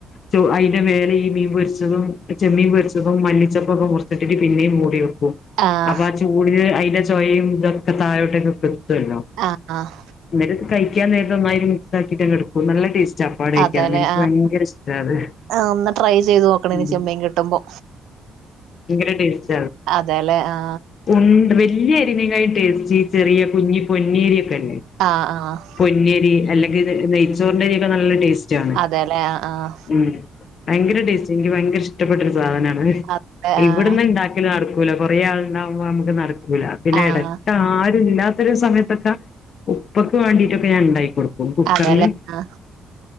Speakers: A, on the left; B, on the right.
A: ചു അതിന്റെ മേലെ ഈ മീൻ പൊരിച്ചതും ചെമ്മീൻ പൊരിച്ചതും മല്ലിച്ചപ്പൊക്കെ മുറിച്ചിട്ടിട്ട് പിന്നേം മൂടി വെക്കും.
B: ആഹ്
A: അപ്പ ആ ചൂടിന് അതിന്റെ ചൊയയും ഇതൊക്കെ താഴോട്ടൊക്കെ എത്തുവല്ലോ.
B: ആഹ് ആഹ്
A: എന്നിട്ടിത്‌ കഴിക്കാൻ നേരത്ത് ഒന്നായിട്ട് മിക്സാക്കിയിട്ട് ഇങ്ങെടുക്കും. നല്ല ടേസ് ചാപ്പാട് കഴിക്കാന്
B: അതെല്ലെ
A: എനിക്ക്
B: ആഹ്
A: ഭയങ്കര ഇഷ്ടാ അത്.
B: ആഹ് ഒന്ന് ട്രൈ ചെയ്ത് നോക്കണം
A: ഉം
B: ഇനി ചെമ്മീൻ കിട്ടുമ്പോ
A: എങ്ങനേണ്ടേയ്നു?
B: അതെ ലേ ആ
A: ഉണ്ട്. വല്ല്യ എരിവിനായിട്ട് ഇഞ്ചി ചെറിയ കുഞ്ഞി പൊന്നി അരി ഒക്കെ അല്ലേ
B: ആഹ് ആഹ്
A: പൊന്നി അരി അല്ലെങ്കി നെ നെയ്ച്ചോർന്റെ അരി ഒക്കെ നല്ല ടേസ്റ്റാണ്.
B: അതെല്ലേ ആഹ് ആഹ്
A: ഉം ഭയങ്കര ടേസ്റ്റ്. ൻക്ക് ഭയങ്കര ഇഷ്ടപ്പെട്ട ഒരു സാധനാണ് അത്
B: അതെ
A: ഇവിട്ന്ന്ണ്ടാ
B: ആഹ്
A: ക്കല് നട്ക്കൂല. കൊറേ ആള്ണ്ടാവുമ്പോ നമുക്ക് നടക്കൂല പിന്നെ
B: ആഹ്
A: എടക് ആരുല്ലാത്തൊരു സമയത്തൊക്ക ഉപ്പക്ക് വേണ്ടിട്ടൊക്കെ ഞാൻ ഉണ്ടാക്കി കൊടു <unintelligible> കുക്കർല്
B: അതെല്ലേ ആഹ്